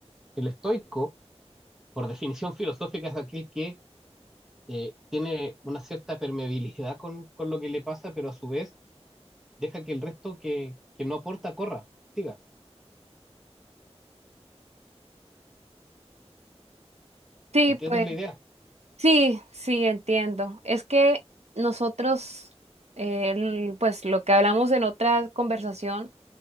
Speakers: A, in the centre; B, on the right (about 70°).
A: El estoico, por definición <laughs> filosófica, es aquel que eh, tiene una cierta permeabilidad con, con lo que le pasa, pero a su vez deja que el resto que, que no aporta corra, siga.
B: Sí,
A: ¿Me entiendes
B: pues
A: la idea?
B: sí, sí, entiendo. Es que nosotros, eh, el- pues lo que hablamos en otra conversación,